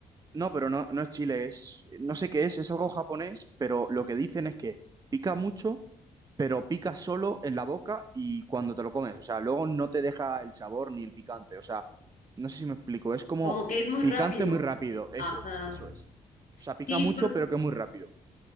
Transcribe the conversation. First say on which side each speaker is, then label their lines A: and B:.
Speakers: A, on the right; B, on the left.
A: No, pero no, no es chile, es, no sé qué es, es algo japonés, pero lo que dicen es que pica mucho, pero pica solo en la boca y cuando te lo comes, o sea, luego no te deja el sabor ni el picante, o sea, no sé si me explico, es como
B: Como que es muy
A: picante
B: rápido.
A: muy rápido, eso
B: Ajá.
A: es, eso es. O sea,
B: Sí,
A: pica mucho,
B: por-
A: pero que muy rápido.